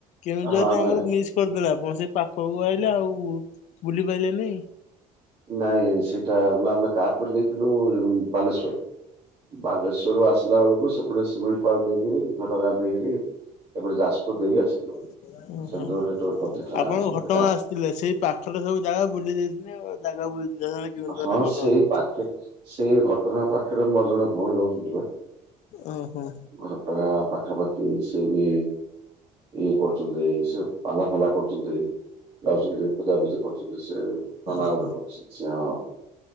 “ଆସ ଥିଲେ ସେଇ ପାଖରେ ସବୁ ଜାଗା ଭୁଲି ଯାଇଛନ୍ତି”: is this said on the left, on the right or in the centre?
Left